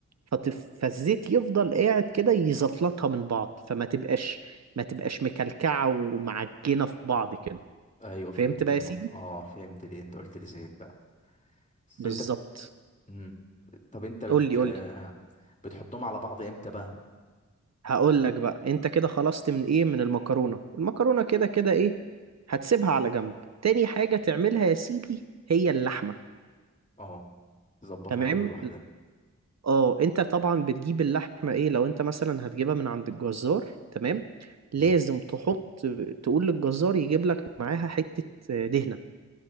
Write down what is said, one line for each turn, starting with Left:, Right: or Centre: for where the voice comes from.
Right: فتف... فالزيت يفضل قاعد كده يزفلطها من بعض فما تبقاش ما تبقاش مكلكعة ومعجنة في بعض كده
Left: ايوه فهمت
Right: فهمت بقى
Left: النقطة
Right: يا سيدي؟
Left: اه فهمت ليه انت قلت لي زيت بقى بس
Right: بالظبط
Left: انت بت... مم. طب انت بت
Right: قول لي قول
Left: آه،
Right: لي
Left: بتحطهم على بعض امتى بقى
Right: هقول لك بقى انت كده خلصت من ايه من المكرونة المكرونة كده كده ايه هتسيبها على جنب تاني حاجة تعملها يا سيدي هي اللحمة
Left: اه تظبطها
Right: تمام
Left: برضو لوحدها
Right: اه انت طبعا بتجيب اللحمه ايه لو انت مثلا هتجيبها من عند الجزار تمام لازم
Left: مم.
Right: تحط تقول للجزار يجيب لك معاها حته دهنه